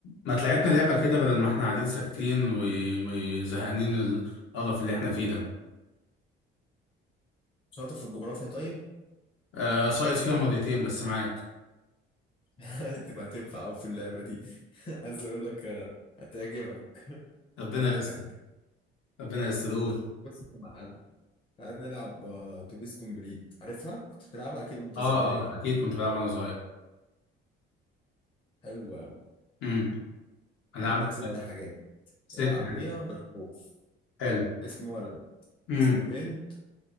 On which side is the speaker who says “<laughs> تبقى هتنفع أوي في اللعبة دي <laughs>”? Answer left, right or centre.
Left